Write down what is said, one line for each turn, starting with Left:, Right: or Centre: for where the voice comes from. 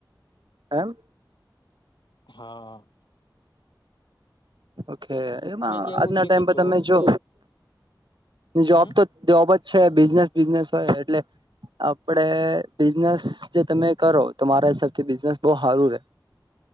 Right: એમ?
Left: હા.
Right: ઓ એમાં
Left: અને કેવું
Right: આજના
Left: છે
Right: ટાઈમ
Left: કે
Right: પર
Left: જોબ
Right: તમે જો
Left: તો
Right: જોબ
Left: હમ
Right: તો જોબ જ છે, બિઝનેસ બિઝનેસ હોય એટલે આપડે બિઝનેસ જે તમે કરો તો મારા હિસાબથી બિઝનેસ બવ સારું રે.